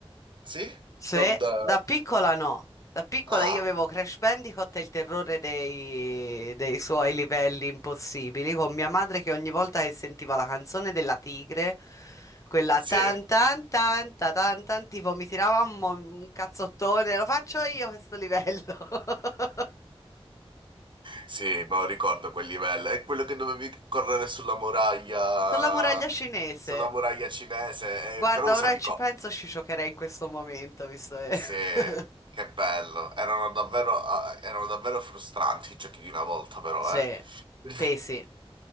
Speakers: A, on the right; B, on the left.
A: Sì?
B: Sì,
A: Non da...
B: da piccola no. Da piccola
A: Ah,
B: io avevo Crash Bandicoot e il terrore dei, dei suoi livelli impossibili, con mia madre che ogni volta che sentiva la canzone della tigre, quella
A: sì.
B: tan tan tan ta tan tan, tipo mi tirava un, mo- un cazzottone, lo faccio io questo livello. <laughs>
A: Sì, me lo ricordo quel livello. È quello che dovevi correre sulla muraglia,
B: Sulla muraglia cinese.
A: sulla muraglia cinese,
B: Guarda,
A: eh, però usavi
B: ora che ci
A: co.
B: penso, ci giocherei in questo momento, visto che...
A: Sì,
B: <laughs>
A: che bello. Erano davvero, ah, erano davvero frustranti i giochi di una volta, però,
B: Sì,
A: eh. <laughs>
B: pesi.